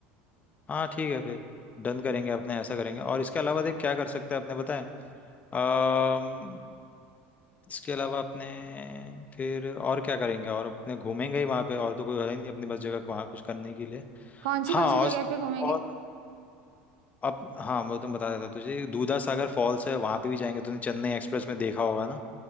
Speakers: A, on the left (about 25°); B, on the right (about 75°).
A: हाँ ठीक है फिर डन करेंगे अपने ऐसा करेंगे और इसके अलावा देख क्या कर सकते हैं अपने बताएं अम्म इसके अलावा अपने फिर और क्या करेंगे और अपने घूमेंगे ही वहां पे और तो कोई है ही नहीं अपने पास जगह वहां कुछ करने के लिए
B: कौन सी
A: हाँ
B: कौन सी जगह पे घूमेंगे
A: और अब हाँ मैं तुम्हें बता देता हूँ तुझे दूधा सागर फॉल्स है वहां पे भी जाएंगे तूने चेन्नई एक्सप्रेस में देखा होगा ना